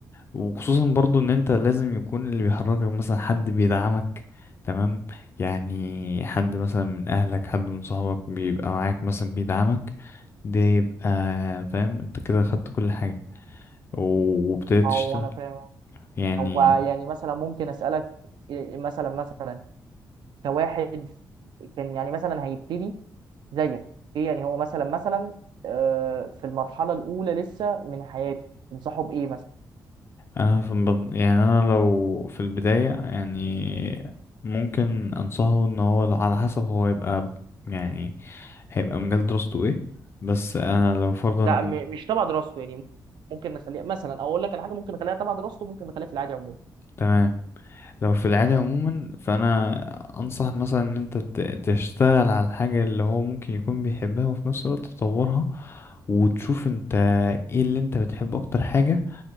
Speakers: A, on the left; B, on the right.
A: وخصوصا برضو ان انت لازم يكون اللي بيحركك مثلا حد بيدعمك تمام يعني حد مثلا من اهلك حد من صحابك بيبقى معاك مثلا بيدعمك ده يبقى فاهم انت كده خدت كل حاجة و- وابتديت
B: او
A: تشتغل
B: انا فاهم
A: يعني
B: او يعني مثلا ممكن اسالك إيه- مثلا مثلا كواحد كان يعني مثلا هيبتدي زيك ايه يعني هو مثلا مثلا آه، في المرحله الاولى لسه من حياته تنصحه بايه مثلا
A: انا في البد... يعني انا لو في البداية يعني ممكن انصحه ان هو لو- على حسب هو يبقى ب- يعني هيبقى مجال دراسته ايه بس انا لو فرضا
B: لا م- مش تبع دراسته يعني ممكن نخليها مثلا او اقول لك على حاجه ممكن نخليها تبع دراسته ممكن نخليها في العادي عموما
A: تمام لو في العادي عموما فانا انصح مثلا ان انت ت- تشتغل على الحاجة اللي هو ممكن يكون بيحبها وفي نفس الوقت تطورها وتشوف انت ايه اللي انت بتحب اكتر حاجة